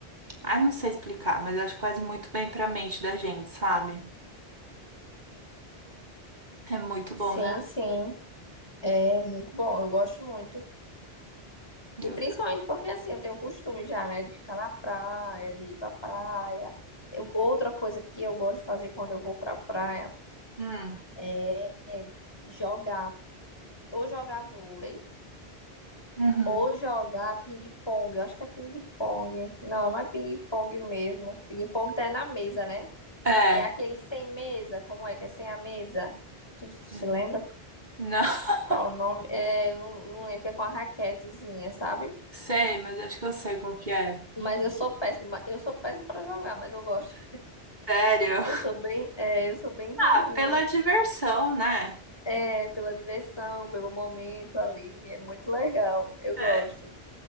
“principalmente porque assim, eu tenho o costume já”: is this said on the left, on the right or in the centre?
Left